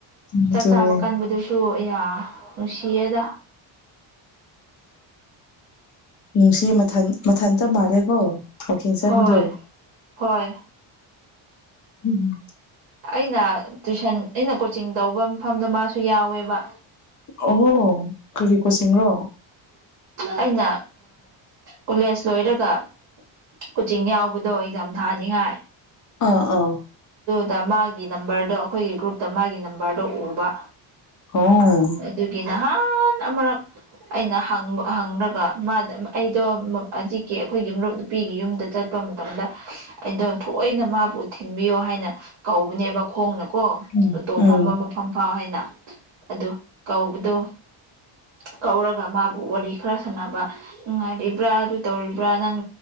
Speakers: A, on the left; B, on the right.
A: ꯑꯗꯨꯅꯦ
B: ꯆꯥꯛ ꯆꯥꯕ ꯀꯟꯕꯗꯨꯁꯨ ꯑ ꯅꯨꯡꯁꯤꯗ
A: ꯅꯨꯡꯁꯤ ꯃꯊ ꯃꯊꯟꯇ ꯃꯥꯜꯂꯦꯀꯣ ꯋꯥꯛꯀꯤꯡ ꯆꯠꯄꯗꯣ
B: ꯍꯣꯏ ꯍꯣꯏ
A: ꯎꯝ
B: ꯑꯩꯅ ꯇꯨꯏꯁꯟ ꯑꯩꯅ ꯀꯣꯆꯤꯡ ꯇꯧꯕ ꯃꯐꯝꯗꯣ ꯃꯥꯁꯨ ꯌꯥꯎꯋꯦꯕ
A: ꯑꯣ ꯀꯔꯤ ꯀꯣꯁꯤꯡꯁꯤꯔꯣ
B: ꯑꯩꯅ ꯀꯣꯂꯦꯖ ꯂꯣꯏꯔꯒ ꯀꯣꯆꯤꯡ ꯌꯥꯎꯕꯗꯣ ꯑꯦꯛꯖꯥꯝ ꯊꯥꯅꯤꯉꯥꯏ
A: ꯑꯥ ꯑꯥ
B: ꯗ ꯃꯥꯒꯤ ꯅꯝꯕꯔꯗꯣ ꯑꯩꯈꯣꯏꯒꯤ ꯒ꯭ꯔꯨꯞꯇ ꯃꯥꯒꯤ ꯅꯝꯕꯔꯗꯣ ꯎꯕ
A: ꯑꯣ
B: ꯑꯗꯨꯒꯤ ꯅꯍꯥꯟ ꯑꯃꯔꯛ ꯑꯩꯅꯕ ꯍꯪꯔꯒ ꯃꯥꯗ ꯑꯩꯗꯣ ꯍꯧꯖꯤꯛꯀꯤ ꯑꯩꯈꯣꯏꯒꯤ ꯃꯔꯨꯞ ꯅꯨꯄꯤꯒꯤ ꯌꯨꯝꯗ ꯆꯠ ꯆ ꯃꯇꯝꯗ ꯑꯩꯗꯣ ꯊꯑꯣꯏꯅ ꯃꯥꯕꯨ ꯊꯤꯟꯕꯤꯌꯣ ꯍꯥꯏꯅ ꯀꯧꯕꯅꯦꯕ ꯈꯣꯡꯅꯀꯣ
A: ꯎꯝ
B: ꯎꯇꯣꯞ
A: ꯎꯝ
B: ꯐꯝꯕ ꯃꯐꯝ ꯐꯥꯎ ꯍꯥꯏꯅ ꯑꯗꯣ ꯀꯧꯕꯗꯣ ꯀꯧꯔꯒ ꯃꯥꯕꯨ ꯋꯥꯔꯤ ꯈꯔ ꯁꯥꯟꯅꯕ ꯅꯨꯡꯉꯥꯏꯔꯤꯕ꯭ꯔꯥ ꯑꯗꯨ ꯇꯧꯔꯤꯕ꯭ꯔꯥ ꯅꯪ